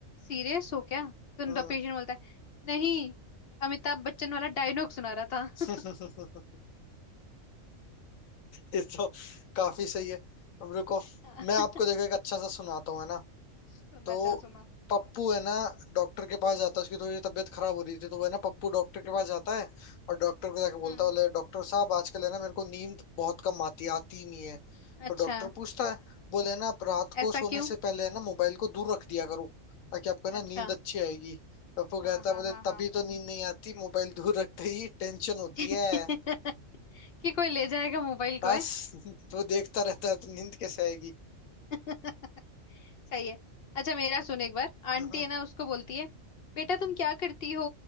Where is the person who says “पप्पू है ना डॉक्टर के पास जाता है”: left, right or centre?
Left